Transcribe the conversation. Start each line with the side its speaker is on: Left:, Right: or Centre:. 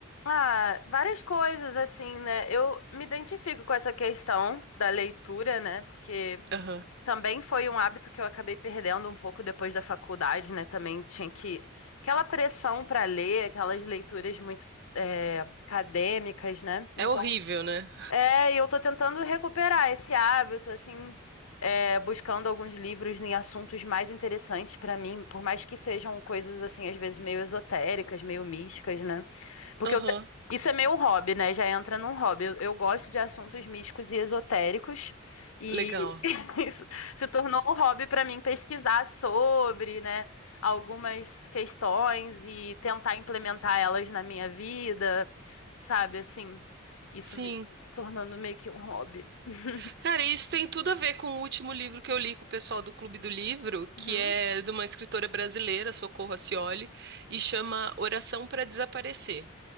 Left: Ah, várias coisas, assim, né? Eu me identifico com essa questão da leitura, né? Porque
Right: Aham.
Left: também foi um hábito que eu acabei perdendo um pouco depois da faculdade, né? Também tinha que. Aquela pressão para ler, aquelas leituras muito eh, acadêmicas, né? Então
Right: É horrível, né?
Left: é, e eu tô tentando recuperar esse hábito, assim, é, buscando alguns livros em assuntos mais interessantes pra mim, por mais que sejam coisas, assim, às vezes meio esotéricas, meio místicas, né? Porque
Right: Aham.
Left: eu te- isso é meio um hobby, né? Já entra num hobby. Eu, eu gosto de assuntos místicos e esotéricos, e
Right: Legal.
Left: <laughs> isso se tornou um hobby pra mim pesquisar sobre, né, algumas questões e tentar implementar elas na minha vida, sabe, assim. Isso
Right: Sim.
Left: se tornando meio que um hobby. <laughs>
Right: Cara, e isso tem tudo a ver com o último livro que eu li com o pessoal do Clube do Livro, que
Left: Uhum.
Right: é de uma escritora brasileira, Socorro Acioli, e chama Oração para Desaparecer.